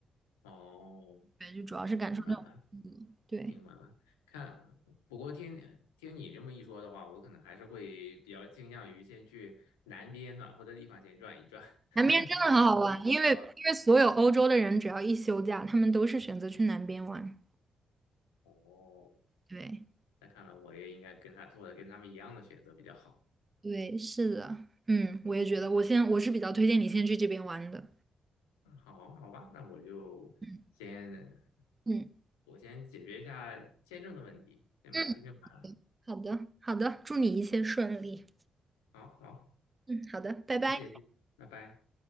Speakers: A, on the left; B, on the right.
A: 哦，
B: 对，就主要是感受那种风格，
A: 明白了，
B: 对。
A: 明白了。看，不过听听你这么一说的话，我可能还是会比较倾向于先去南边暖和的地方先转一转，<laughs> 感
B: 南边真的很好玩，
A: 受一下阳光。
B: 因为因为所有欧洲的人只要一休假，他们都是选择去南边玩。
A: 哦，
B: 对
A: 那看来我也应该跟他做的跟他们一样的选择比较好。
B: 对，是的，嗯，我也觉得，我先我是比较推荐你先去这边玩的。
A: 嗯，好，好吧，那我就先
B: 嗯嗯
A: 我先解决一下签证的问题，先把签证办了。
B: 嗯，好的好的，祝你一切顺利。
A: 好好，
B: 嗯，好的，拜拜。
A: 那谢谢，拜拜。